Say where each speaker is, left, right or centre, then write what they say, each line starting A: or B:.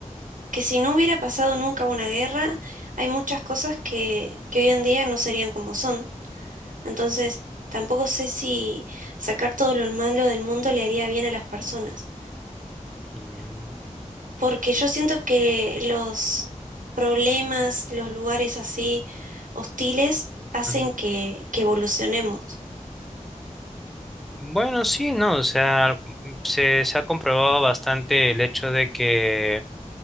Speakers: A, on the right; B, in the centre.
A: que si no hubiera pasado nunca una guerra, hay muchas cosas que, que hoy en día no serían como son. Entonces, tampoco sé si sacar todo lo malo del mundo le haría bien a las personas.
B: Mm,
A: Porque yo siento que los problemas, los lugares así hostiles, hacen
B: mm.
A: que, que evolucionemos.
B: Bueno, sí, no, o sea, se, se ha comprobado bastante el hecho de que